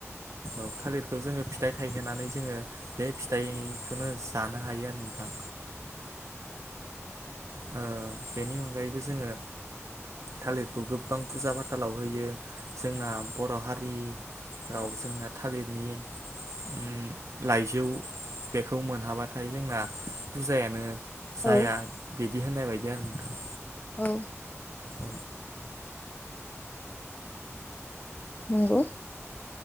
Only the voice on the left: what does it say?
औ
औ
नंगौ